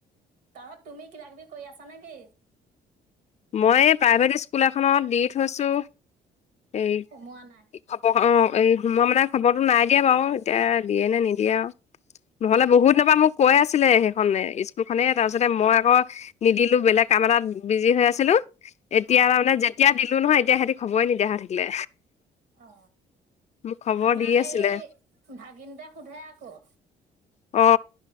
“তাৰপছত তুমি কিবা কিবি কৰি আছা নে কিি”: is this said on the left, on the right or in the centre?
Right